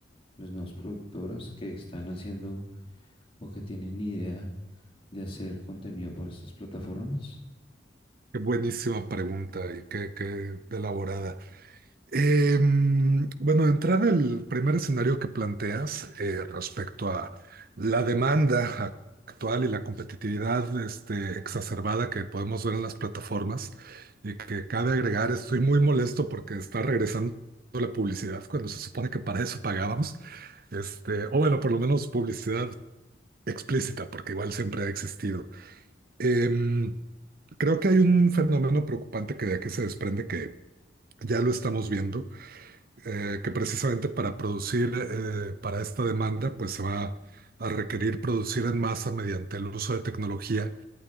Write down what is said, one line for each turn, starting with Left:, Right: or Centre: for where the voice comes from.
Left: a las nuevas productoras que están haciendo o que tienen idea de hacer contenido para estas plataformas?
Right: Qué buenísima pregunta y qué, qué elaborada. Em, bueno, de entrada, el primer escenario que planteas eh, respecto a la demanda actual y la competitividad este, exacerbada que podemos ver en las plataformas y que cabe agregar, estoy muy molesto porque está regresando la publicidad cuando se supone que para eso pagábamos, este, o bueno, por lo menos publicidad explícita, porque igual siempre ha existido. Em, creo que hay un fenómeno preocupante que de aquí se desprende que ya lo estamos viendo eh, que precisamente para producir eh, para esta demanda, pues se va a requerir producir en masa mediante el uso de tecnología,